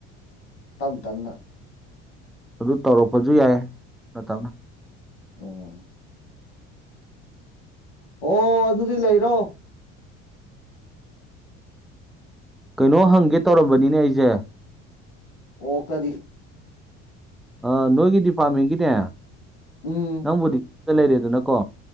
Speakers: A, on the left (about 85°); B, in the centre.
A: ꯇꯞ ꯇꯞꯅ
B: ꯑꯗꯨ ꯇꯧꯔꯛꯄꯁꯨ ꯌꯥꯏ ꯅꯠꯇꯞꯅ
A: ꯑꯣ ꯑꯣ ꯑꯗꯨꯗꯤ ꯂꯩꯔꯣ
B: ꯀꯩꯅꯣ ꯍꯪꯒꯦ ꯇꯧꯔꯝꯕꯅꯤꯅꯦ ꯑꯩꯁꯦ
A: ꯑꯣ ꯀꯔꯤ
B: ꯑꯥ ꯅꯣꯏꯒꯤ ꯗꯤꯄꯥꯔꯠꯃꯦꯟꯒꯤꯅꯦ
A: ꯎꯝ
B: ꯅꯪꯕꯨꯗꯤ <unintelligible> ꯂꯩꯔꯦꯗꯅꯀꯣ